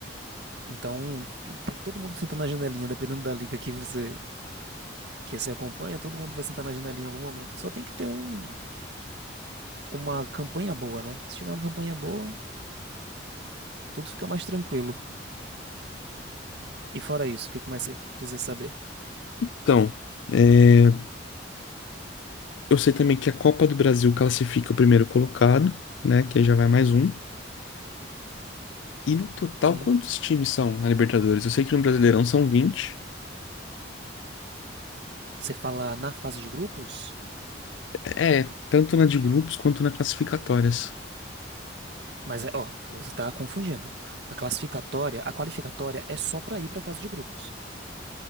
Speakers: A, on the right; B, on the left.
A: Então, tem todo mundo sentando na janelinha, dependendo da liga que você que você acompanha, todo mundo vai sentar na janelinha em algum momento. Só tem que ter um, uma campanha boa, né? Se tiver uma campanha boa, tudo fica mais tranquilo. E fora isso, o que que mais você precisa saber?
B: Então, é, eu sei também que a Copa do Brasil classifica o primeiro colocado, né? Que aí já vai mais um. E no total,
A: Sim,
B: quantos times são na Libertadores? Eu sei que no Brasileirão são 20.
A: você fala na fase de grupos,
B: É, tanto na de grupos quanto na classificatórias.
A: mas é, ó, você tá confundindo. A classificatória, a qualificatória é só pra ir pra fase de grupos.